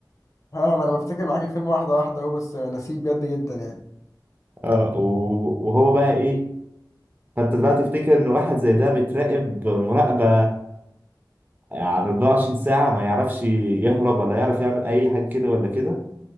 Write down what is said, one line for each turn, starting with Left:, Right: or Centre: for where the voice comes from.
Left: اه ما انا بفتكر معاك الفيلم واحده واحده اهو بس نسيه بجد جدا يعني
Right: اه و- وهو بقى إيه فأنت دلوقتي تفتكر إن واحد زي ده بيتراقب مراقبة يعني 24 ساعة ما يعرفش يهرب ولا يعرف يعمل أي حاجة كده ولا كده